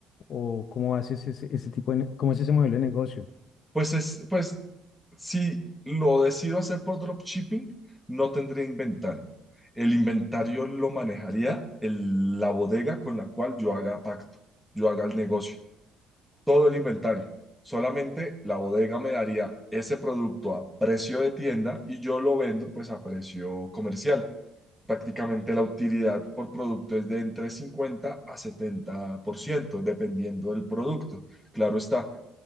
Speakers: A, on the left; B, in the centre.
A: o cómo haces ese, ese tipo de, ne- cómo es ese modelo de negocio.
B: Pues es, pues Si lo decido hacer por dropshipping, no tendría inventario. El inventario lo manejaría el- la bodega con la cual yo haga pacto, yo haga el negocio, todo el inventario. Solamente la bodega me daría ese producto a precio de tienda y yo lo vendo pues a precio comercial. Prácticamente la utilidad por producto es de entre 50 a 70% dependiendo del producto. Claro está,